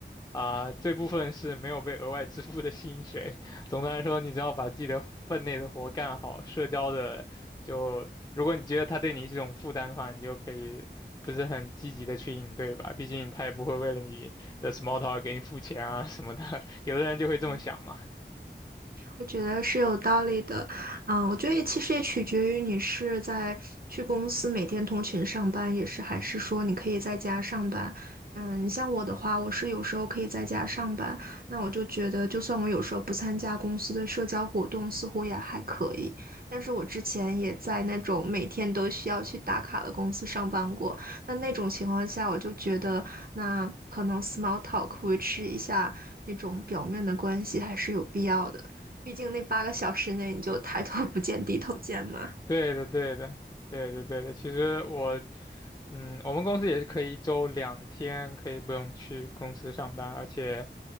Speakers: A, on the left; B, on the right.
A: 啊，这部分是没有被额外支付的薪水。<laughs> 总的来说，你只要把自己的分内的活干好，社交的就，如果你觉得他对你是一种负担的话，你就可以不是很积极的去应对吧。毕竟他也不会为了你的 small talk 给你付钱啊什么的。<laughs> 有的人就会这么想嘛。
B: 嗯，我觉得是有道理的，嗯，我觉得也其实也取决于你是在去公司每天通勤上班，也是还是说你可以在家上班。嗯，你像我的话，我是有时候可以在家上班，那我就觉得，就算我有时候不参加公司的社交活动，似乎也还可以。但是我之前也在那种每天都需要去打卡的公司上班过，那那种情况下，我就觉得那可能 small talk 维持一下那种表面的关系还是有必要的。毕竟那八个小时内你就抬头不见低头见嘛。
A: 对的，对的，对的，对的。其实我，嗯，我们公司也是可以一周两天可以不用去公司上班，而且，